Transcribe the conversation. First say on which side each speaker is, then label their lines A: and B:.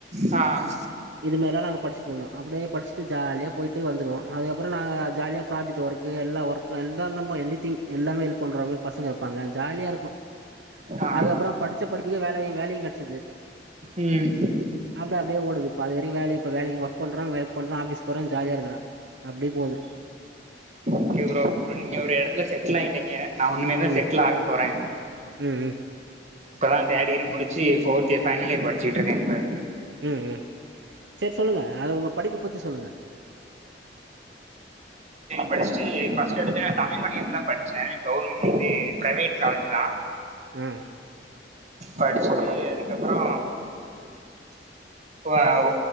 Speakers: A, on the right; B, on the right.
A: ஆ
B: இதுமாரில்லா நாங்க படிச்சட்டுருந்தோ அப்டியே படிச்சுட்டு ஜாலியா போயிட்டு வந்துருவோ அது அப்றோ நா ஜாலியா ப்ராஜெக்ட் ஒர்க் எல்லா ஒர்க்கு எல்லா நம்ம எனிதிங் எல்லாமே ஹெல்ப் பண்ற மாரி பசங்க இருப்பாங்க ஜாலியாருக்கு
A: ஆ
B: அதுக்கப்றோ படிச்ச படிப்புக்கு வேலயு வேலையு கெடச்சிது
A: ம்
B: ஆமா அப்டியே ஓடுது பாதிவரைக்கு வேலைக்கு இப்ப வேலைக்கு ஒர்க் பண்றோ ஒர்க் பண்றோ ஆபிஸ் போறோ ஜாலியா இருக்கிறே அப்டி போது
A: ஓகே ப்ரோ நீங்க ஒரு இடத்துல செட்டில் ஆயிட்டீங்க நா இனிமேல் தா
B: ம்
A: செட்டில் ஆக போறே
B: ம் ம்
A: இப்பதா தேட் இயர் முடிச்சு போர்த் இயர் பைனல் இயர் படிச்சிட்டுருக்கே இப்ப
B: ம் ம் சேரி சொல்லுங்க அது உங்க படிப்ப பத்தி சொல்லுங்க
A: படிச்ட்டு பர்ஸ்ட் எடுத்து நா தமிழ் மிடியம் தா படிச்சே கவர்மெண்ட் இது பிரைவேட் காலேஜ் தா
B: ஆ
A: படிசிட்டு அதுக்கப்றோ
B: <inaudible>
A: வாவ்